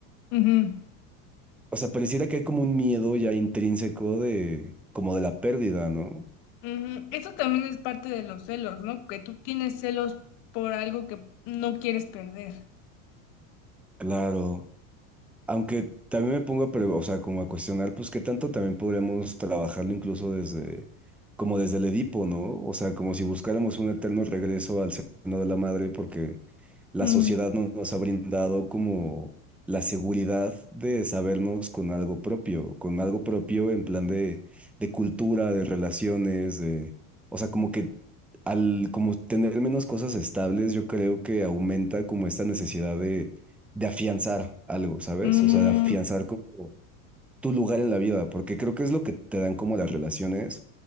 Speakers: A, on the left (about 60°); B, in the centre.
A: Ujú,
B: o sea, pareciera que hay como un miedo ya intrínseco de, como de la pérdida, ¿no?
A: ujú. Eso también es parte de los celos, ¿no? Que tú tienes celos por algo que no quieres perder.
B: Claro. Aunque también me pongo a, pre- o sea, como a cuestionar, pues qué tanto también podríamos trabajarlo incluso desde, como desde el Edipo, ¿no? O sea, como si buscáramos un eterno regreso al seno de la madre, porque la
A: Mm,
B: sociedad no nos ha brindado como la seguridad de sabernos con algo propio, con algo propio en plan de, de cultura, de relaciones, de, o sea, como que al como tener menos cosas estables, yo creo que aumenta como esta necesidad de afianzar algo, ¿sabes?
A: mm,
B: O sea, de afianzar como tu lugar en la vida, porque creo que es lo que te dan como las relaciones.